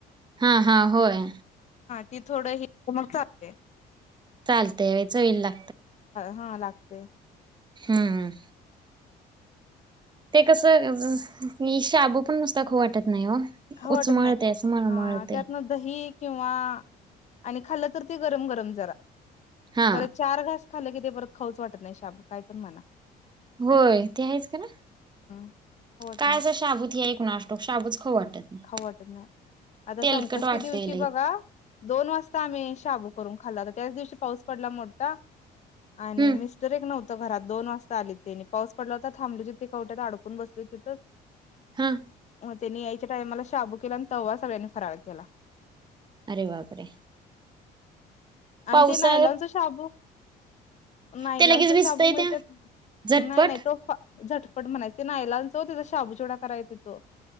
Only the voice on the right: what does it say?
हा हा होय
चालत वच होईल ला
हम्मम ते कसंई शाबू पण नुसत खू वाटत नाही हो.
उचमळते
असं मळमळते
हा.
होय ते आहेच का ना
काय
असं शाबूत आहे कुणासटो शाबूच खावू वाटत. नाही.
तेलकट
वाटतंय
लई
हम्म
हा
अरे बापरे,
पावसा
ते लगेच भिजतय
त्या झटपट